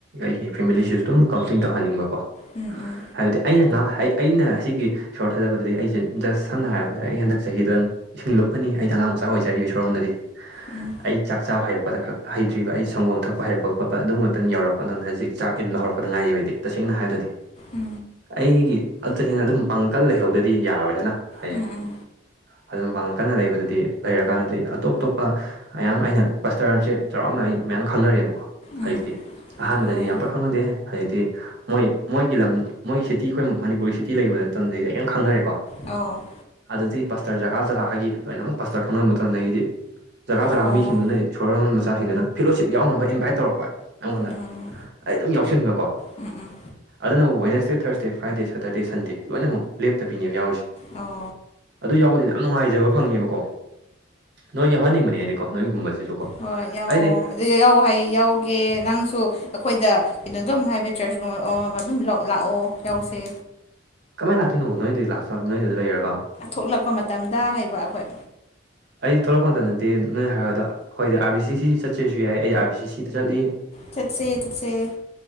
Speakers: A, on the right; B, on the left.
A: ꯑꯩꯒꯤ ꯐꯦꯃꯤꯂꯤꯁꯤꯁꯨ ꯑꯗꯨꯝ ꯀꯥꯎꯟꯁꯤꯂꯤꯡ ꯇꯧꯍꯟꯅꯤꯡꯕꯀꯣ
B: ꯎꯝ ꯎꯝ
A: ꯍꯥꯏꯕꯗꯤ ꯑꯩꯅ ꯉ ꯑꯩꯅ ꯁꯤ ꯁꯣꯔ ꯊꯥꯖꯕꯗꯗꯤ ꯑꯩꯁꯦꯖꯁ ꯁꯝꯅ ꯍꯥꯏꯔꯕꯗꯦ ꯑꯩ ꯍꯟꯗꯛ ꯆꯍꯤꯗꯣꯪ ꯏꯁꯤꯡ ꯂꯨꯞꯄꯅꯤ ꯑꯩꯗꯤ ꯑꯉꯥꯡ ꯃꯆꯥ ꯑꯣꯏꯖꯔꯤꯕ ꯁꯣꯔꯣꯝꯗꯗꯤ
B: ꯎꯝ ꯎꯝ
A: ꯑꯩ ꯆꯥꯛ ꯆꯥꯕ ꯍꯩꯔꯛꯄꯗ ꯈꯛ ꯍꯩꯇ꯭ꯔꯤꯕ ꯑꯩ ꯁꯪꯒꯣꯝ ꯊꯛꯄ ꯍꯩꯔꯛꯄ ꯈꯣꯠꯄ ꯑꯗꯨꯝꯕꯃꯛꯇꯪ ꯌꯥꯎꯔꯛꯄ ꯑꯗꯨꯅ ꯍꯧꯖꯤꯛ ꯆꯥꯛ ꯏꯟꯕ ꯍꯧꯔꯛꯄꯗ ꯉꯥꯏꯔꯤꯕꯩꯗꯤ ꯇꯁꯦꯡꯅ ꯍꯥꯏꯕꯗꯗꯤ
B: ꯎꯝ
A: ꯑꯩꯒꯤ ꯑꯁꯤꯡꯅ ꯑꯗꯨꯝ ꯄꯥꯡꯀꯜ ꯂꯩꯍꯧꯗꯗꯤ ꯌꯥꯔꯣꯏꯗꯅ ꯍꯌꯦꯡ
B: ꯎꯝ ꯎꯝ ꯎꯝ
A: ꯑꯗꯨ ꯃꯄꯥꯡꯒꯜ ꯀꯟꯅ ꯂꯩꯕꯗꯨꯗꯤ ꯂꯩꯔꯀꯥꯟꯗꯗꯤ ꯑꯇꯣꯞ ꯑꯇꯣꯞꯄ ꯃꯌꯥꯝ ꯑꯩꯅ ꯄꯥꯁꯇꯔꯁꯦ ꯆꯥꯎꯔꯥꯛꯅ ꯑꯩ ꯃꯌꯥꯝ ꯈꯪꯅꯔꯦꯕꯀꯣ
B: ꯎꯝ
A: ꯍꯧꯖꯤꯛꯇꯤ ꯑꯍꯥꯟꯕꯗꯗꯤ
B: ꯍꯣꯏ
A: ꯌꯥꯝ ꯄꯥꯛ ꯈꯪꯅꯗꯦ ꯍꯧꯖꯤꯛꯇꯤ ꯃꯣꯏ ꯃꯣꯏꯒꯤ ꯂꯝ ꯃꯣꯏ ꯁꯤꯇꯤ ꯑꯩꯈꯣꯏ ꯃꯅꯤꯄꯨꯔꯒꯤ ꯁꯤꯇꯤ ꯂꯩꯕꯗꯅ ꯇꯝꯗꯤ ꯑꯩ ꯌꯥꯝ꫰ꯈꯪꯅꯔꯦꯀꯣ
B: ꯑꯣ
A: ꯑꯗꯗꯤ ꯄꯁꯇꯔ ꯖꯒꯥ ꯖꯒꯥꯒꯤ ꯂꯣꯏꯅꯃꯛ ꯄꯁꯇꯔ ꯈꯪꯅꯕ ꯃꯇꯝꯗꯒꯤꯗꯤ ꯖꯒꯥ
B: ꯑꯣ
A: ꯖꯒꯥ ꯃꯤ ꯗꯨꯅ ꯏꯁꯣꯔꯣꯟ ꯃꯆꯥꯁꯤꯡꯗꯨꯅ ꯐꯦꯂꯣꯁꯤꯞ ꯌꯥꯎꯅꯕ ꯏꯟꯚꯥꯏꯠ ꯇꯧꯔꯛꯄ ꯑꯩꯉꯣꯟꯗ
B: ꯎꯝ
A: ꯑꯩ ꯑꯗꯨꯝ ꯌꯥꯎꯁꯟꯕꯀꯣ
B: ꯎꯝ ꯎꯝ
A: ꯑꯗꯨꯅꯕꯨ ꯋꯦꯅꯁꯗꯦ ꯊꯔꯁꯗꯦ ꯐ꯭ꯔꯥꯏꯗꯦ ꯁꯇꯔꯗꯦ ꯁꯟꯗꯦ ꯂꯣꯏꯅꯃꯛ ꯂꯦꯞꯇꯕꯤꯅꯦ ꯌꯥꯎꯔꯤꯁꯦ
B: ꯑꯣ
A: ꯑꯗꯨ ꯌꯥꯎꯕꯗꯗꯤꯅ ꯌꯥꯝ ꯅꯨꯡꯉꯥꯏꯖꯕ ꯐꯪꯉꯦꯕꯀꯣ ꯅꯣꯏꯁꯨ ꯌꯎꯍꯅꯤꯡꯕꯅꯦ ꯍꯥꯏꯗꯤꯀꯣ ꯅꯣꯏꯒꯤꯒꯨꯝꯕꯁꯤꯁꯨ ꯀꯣ
B: ꯍꯣꯏ ꯌꯥꯎꯑꯣ
A: ꯑꯩꯗꯤ
B: ꯑꯗꯨ ꯌꯥꯎ ꯍꯥꯏꯌꯦ ꯌꯥꯎꯒꯦ ꯅꯪꯁꯨ ꯑꯩꯈꯣꯏꯗ ꯀꯩꯅꯣ ꯑꯗꯨꯝ ꯍꯥꯏꯕꯗꯤ ꯆꯔꯆꯀꯨꯝꯕ ꯑꯃ ꯑꯃ ꯑꯗꯨꯝ ꯂꯥꯛꯑꯣ ꯌꯥꯎꯁꯦ
A: ꯀꯃꯥꯏꯅ ꯂꯥꯛꯇꯣꯏꯅꯣ ꯅꯣꯏꯗꯤ ꯂꯥꯛꯇ ꯅꯣꯏꯅ ꯑꯗꯨ ꯂꯩꯔꯒꯣ
B: ꯊꯣꯛꯂꯛꯄ ꯃꯇꯝꯗ ꯍꯥꯏꯩꯕ ꯑꯩꯈꯣꯏ
A: ꯑꯩꯗꯤ ꯊꯣꯛꯂꯛꯄ ꯃꯇꯝꯗꯗꯤ ꯅꯣꯏꯅ ꯍꯥꯏꯔꯒꯗ ꯍꯣꯏꯗꯤ ꯑꯥꯔ ꯕꯤ ꯁꯤ ꯁꯤ ꯆꯠꯆꯦꯁꯨ ꯌꯥꯏ ꯑꯩ ꯑꯥꯔ ꯕꯤ ꯁꯤ ꯁꯤꯗ ꯆꯠꯂꯤ
B: ꯆꯠꯁꯦ ꯆꯠꯁꯦ